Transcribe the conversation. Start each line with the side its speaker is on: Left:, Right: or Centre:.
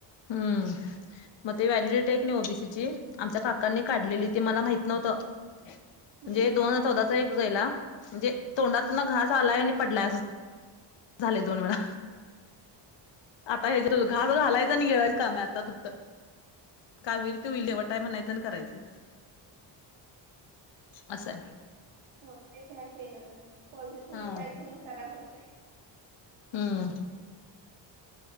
Left: हम्म मग ते व्हॅलिडिटी आहे कनी ओबीसी ची. आमच्या काकांनी काढलेली ते मला माहित नव्हतं म्हणजे
Right: हम्म
Left: दोन हजार चौदाचा एक गेला. म्हणजे तोंडात न घास आलाय आणि पडलाय अस. झाले दोन वेळा आता हे जे घास घालायच. गीळायचं काम आता फक्त काय होईल ते होईल देवट
Right: हम्म
Left: आहे म्हणायचं आणि करायचं. असं आहे.
Right: होतय काय केलं तर पॉझिटिव्ह
Left: हा.
Right: विचार ठेवून करा होतय.
Left: हम्म